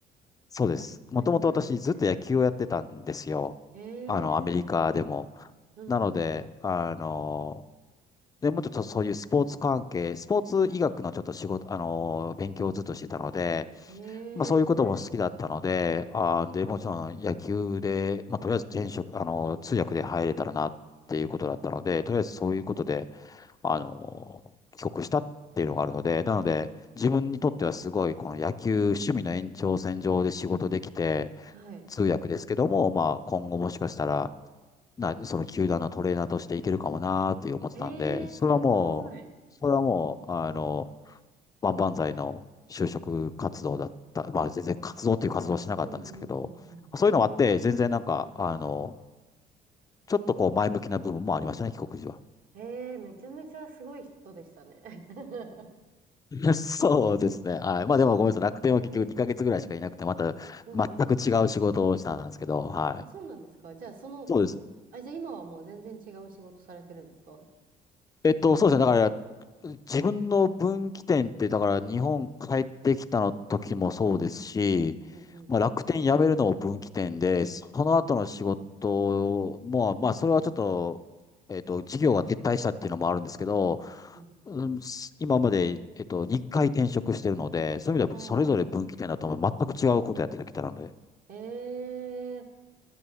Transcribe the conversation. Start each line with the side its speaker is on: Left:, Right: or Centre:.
Left: そうです。もともと私ずっと野球をやってたんですよ。
Right: 繋がってるんですね。へえ
Left: あの、アメリカでも。
Right: うん。
Left: なので、あの、で、もうちょっとそういうスポーツ関係、スポーツ医学のちょっと仕事、あの、勉強をずっとしてたので、
Right: ええー
Left: まあそういうことも好きだったので、あーで、もちろん野球で、まあとりあえず転職、あの、通訳で入れたらなっていうことだったので、とりあえずそういうことで、あの、帰国したっていうのがあるので、なので、自分にとってはすごい、この野球、趣味の延長線上で仕事できて、
Right: はい。
Left: 通訳ですけども、まあ、今後もしかしたら、な、その球団のトレーナーとしていけるかもなーって思ってたんで、
Right: ええすごい。
Left: それはもう、それはもう、あの、万々歳の就職活動だった。まあ、全然活動っていう活動はしなかったんですけど、
Right: うんうんうんうん。
Left: そういうのもあって、全然なんか、あの、ちょっとこう前向きな部分もありましたね、帰国時は。
Right: ええめちゃめちゃすごい人でしたね。<laughs>
Left: <laughs> そうですね。はい。まあでもごめんなさい。楽天は結局2ヶ月ぐらいしかいなくて、また全く違う仕事をしたんですけど、
Right: うんうん。
Left: はい。
Right: あ、そうなんですか。じゃあ、その、
Left: そうです。
Right: あ、じゃあ今はもう全然違う仕事されてるんですか
Left: えっと、そうですね。だから、自分の分岐点って、だから日本帰ってきたの時もそうですし、
Right: うんうん。
Left: まあ、楽天辞めるのも分岐点で、その後の仕事も、まあ、それはちょっと、えっと、事業が撤退したっていうのもあるんですけど、
Right: うんうん。
Left: うん今まで、えっと、2回転職してるので、そういう意味ではそれぞれ分岐点だと思う。
Right: あ
Left: 全く違うことやってきたので。
Right: ええ